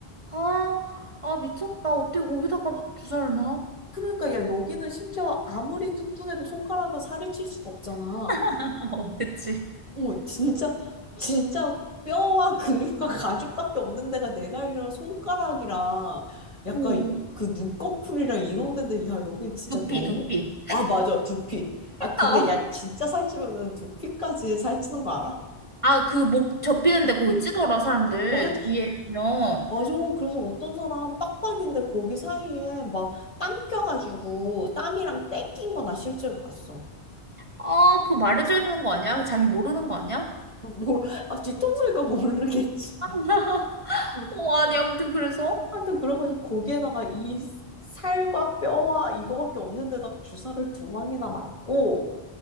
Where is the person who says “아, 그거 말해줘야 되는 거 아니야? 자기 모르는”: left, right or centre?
Right